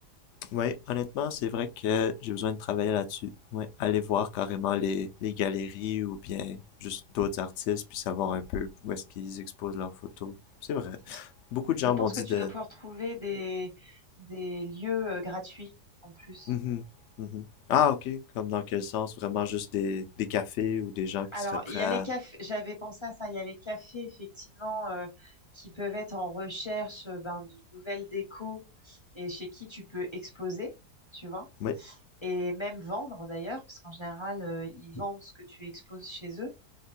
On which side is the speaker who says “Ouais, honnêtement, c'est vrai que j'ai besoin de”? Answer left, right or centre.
Left